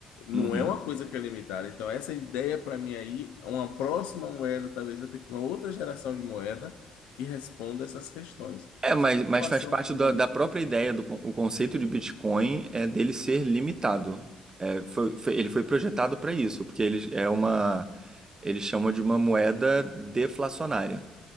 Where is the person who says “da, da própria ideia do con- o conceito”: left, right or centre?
Right